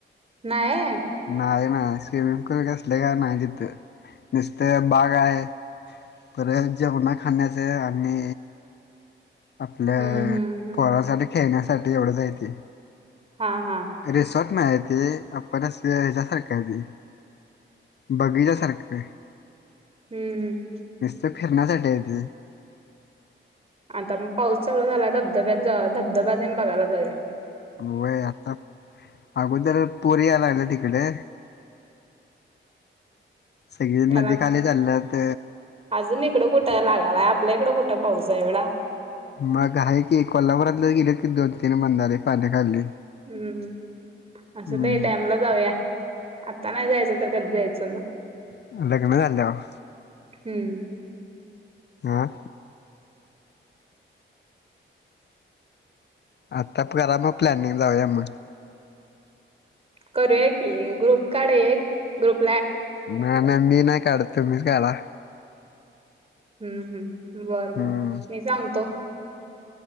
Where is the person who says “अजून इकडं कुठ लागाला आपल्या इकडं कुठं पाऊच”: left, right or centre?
Right